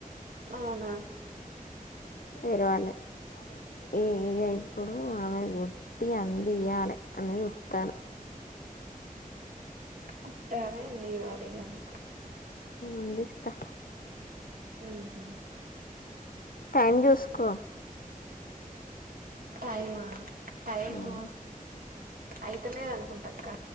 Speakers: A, on the right (about 75°); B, on the left (about 75°).
A: అవునా
B: తెరవలే! ఇగా ఇప్పుడు ఆమె గుట్టి అందియ్యాలే అని చూత్తన్నా.
A: కుట్టల్ లాందివాలేగామేకు
B: అందిస్తా
A: ఉహ్ హు
B: టైం చూసుకో
A: టైమా టైము
B: ఉమ్,
A: అయిత లేదు అనుకుంటఅక్క